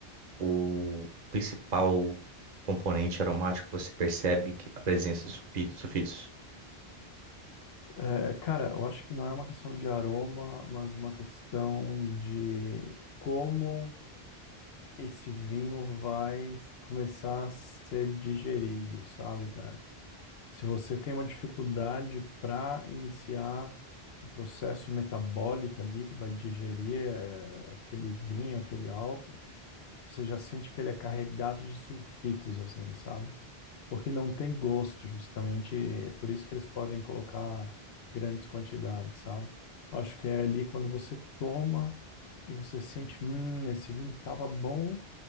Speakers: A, on the right; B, on the left.
A: o principal componente aromático que você percebe que a presença de sulfi- sulfitos?
B: É, cara, eu acho que não é uma questão de aroma, mas uma questão de como esse vinho vai s- começar a ser digerido, sabe, cara? Se você tem uma dificuldade para iniciar o processo metabólico ali que vai digerir, eh, aquele vinho, aquele álcool, você já sente que ele é carregado de sulfitos, assim, sabe? porque não tem gosto, justamente. É por isso que eles podem colocar grandes quantidades, sabe? Acho que é ali quando você toma e você sente, hum, esse vinho tava bom